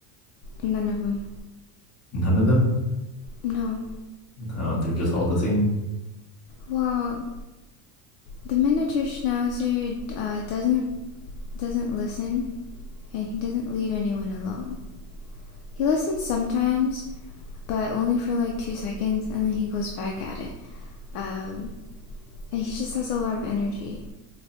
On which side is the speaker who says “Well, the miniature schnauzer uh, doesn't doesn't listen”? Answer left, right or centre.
Left